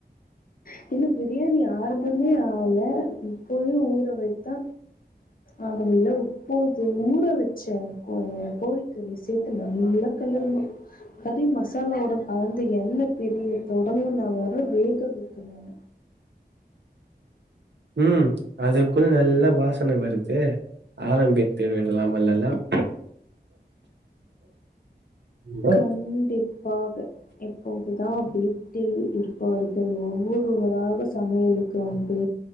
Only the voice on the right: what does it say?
உம் அதற்குள் நல்ல வாசன வருதே ஆரம்பித்து விடலாம் அல்லலாம் அ